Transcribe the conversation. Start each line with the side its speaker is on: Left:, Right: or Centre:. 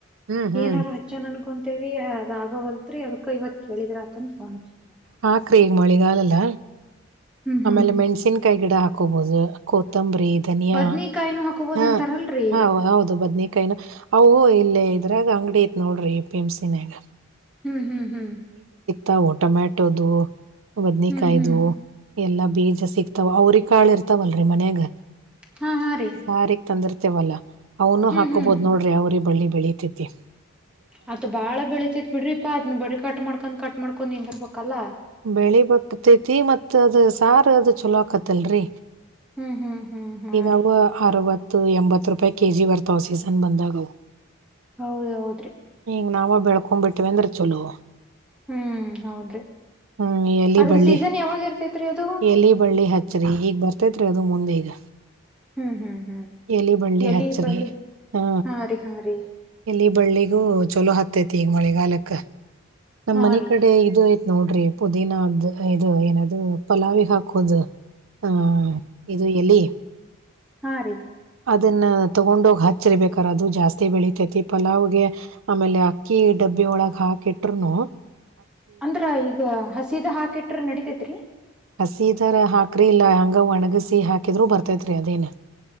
Right: ಹ್ಮ್ ಹ್ಮ್
Centre: ಏನಾರ ಹಚ್ಚನ್ ಅನ್ಕೊಂತೇವಿ ಅದ ಆಗವಲ್ತ್ರಿ ಅದಕ್ಕ ಇವತ್ ಕೇಳಿದ್ರ ಅತಂದ ಫೋನ್ ಹಚ್ಚಿ ನೋಡ್ರಿ
Right: ಹಾಕ್ರಿ ಈಗ ಮಳಿಗಾಲಲ್ಲ
Centre: ಹ್ಮ್
Right: ಆಮೇಲೆ
Centre: ಹ್ಮ್
Right: ಮೆಣ್ಸಿನ್ಕಾಯಿ ಗಿಡ ಹಾಕ ಬಂಬ <inaudible> ನಿಯಾ
Centre: ಬದ್ನಿಕಾಯಿನೂ ಹಾಕೋಬೋದ
Right: ಹ
Centre: ಅಂತಾರಲ್ರರಿ
Right: ಹ ಹೌದು ಬದನೇಕಾಯ ಅ ಇ ಅದ್ರಾಗ ಅಂಗಡಿ ಐತ್ ನೋಡ್ರಿ ಎ ಪಿ ಎಮ್ ಸ ನಾಗ
Centre: ಹ್ಮ್ ಹ್ಮ್ ಹ್ಮ್
Right: ತಾವು ಟೊಮ್ಯಾಟೊದು ಬದನೇಕಾಯ್ದ
Centre: ಹ್ಮ್ ಹ್ಮ್
Right: ಎಲ್ಲಾ ಬೀಜ ಸಿಗ್ತಾವ ಅವ್ರ ಕಾಳ ಇರ್ತಾವಲ್ರರಿ ಮನ್ಯಾಗ
Centre: ಹಾ ಹಾ ರೀ
Right: ಸಾರಿಗೆ ತಂದಿರ್ತ ೇವಲ್ಲ <unintelligible> ಅವನು
Centre: ಹ್ಮ್
Right: ಹಾಕೋಬಹ್
Centre: ಹ್ಮ್
Right: ನೋಡ್ರಿ ಅವ್ರ ಬಳ್ಳಿ ಬೆಳೀತತಿ
Centre: ಅದ ಬಾಳ ಬೆಳತತಿತ್ ಬಿಡ್ರಿ ಪಾ ಅದ್ ನೀ ಬಡಿ ಕಟ್ ಮಾಡ್ಕೊಂಡ್ ಕಟ್ ಮಾಡ್ಕೊಂಡ್ ಹೆಂಗರ್ಬಬೇಕಲ್ಲಾ
Right: ಬೆಳಿ ಬಕ್ತೈತಿ ಮತ್ ಅದ್ ಸಾರ ಅದ್ ಚಲೋ ಆಕತ್ತಲ್ರಿ
Centre: ಹ್ಮ್ ಹ್ಮ್ ಹ್ಮ್ ಹಾ
Right: ಇದಾವ
Centre: ರೀ
Right: ಅರವತ್ತು <unintelligible> ಮತ್ತು ಎಂಬತ್ತು ರೂಪಾಯಿ ಕೆ ಜಿ ಬರ್ತಾವ ಸೀಸನ್ ಬಂದಾಗುವ
Centre: ಹೌದ್ ಹೌದ್ರಿ
Right: ಈಗ ನಾವ ಬೆಳ್ಕೊ ಬಿಟ್ಟವೆಂದ್ರ ಚಲು
Centre: ಹ್ಮ್ ಹೌದ್ರಿ
Right: ಹ್ಮ್ ಎಲಿ
Centre: ಅದ್ರ
Right: ಬಳ್ಳಿ
Centre: ಸೀಸನ್ ಯಾವಾಗ ಇರ್ತೇತ್ರಿ ಅದು
Right: ಎಲಿ ಬಳ್ಳಿ ಹಚ್ಚ್ರಿ ಈಗ್ ಬರ್ತೇತ್ರಿ ಅ ಅದು ಮುಂದೆ ಈಗ
Centre: ಹ್ಮ್ ಹ್ಮ್ ಹ್ಮ್
Right: ಎಲಿ ಬಳ್ಳಿ
Centre: ಎಲಿ
Right: ಹಚ್ಚ್ರಿ
Centre: ಬಳ್ಳಿ
Right: ಹಾ
Centre: ರೀ ಹಾ ರೀ
Right: ಎಲಿ ಬಳ್ಳಿಗೂ ಚೊಲೋ ಹತ್ತೈತಿ ಈಗ ಮಳೆಗಾಲಕ್ಕ ನಮ್ಮ್
Centre: ಹಾ
Right: ಮನೆ
Centre: ರೀ
Right: ಕಡೆ ಇದು ನೋಡ್ರಿ ಪುದೀನದ ಇದು ಏನೂ ಪಲಾವಿ ಹಾಕೋುದು ಆಹ್ ಇದು ಎಲ್ಲಿ
Centre: ಹಾ ರೀ
Right: ಅದನ್ನ ತಗೊಂಡ ಹೋಗಿ ಹಚ್ಚರಿಬೇಕಾರ ಅದು ಜಾಸ್ತಿ ಬೆಳಿತೈತಿ ಪಲಾವ್ಗೆ ಆಮೇಲೆ ಅಕ್ಕಿಡ <unintelligible> ಬ್ಬಿ ಒಳಗ್ ಹಾಕಿಟ್್ರರುನು
Centre: ಅಂದ್ರ ಈಗ ಹಸೀದ ಹಾಕಿಟ್ರ ನಡಿತೇತ್ರಿ
Right: ಹಸಿ ತರ ಹಾಕ್ರಿ ಇಲ್ಲ ಹಂಗ ಒಣಗಸಿ ಹಾಕಿದ್ರರು ಬರ್ತೈತ್ರಿ ಅದೇನ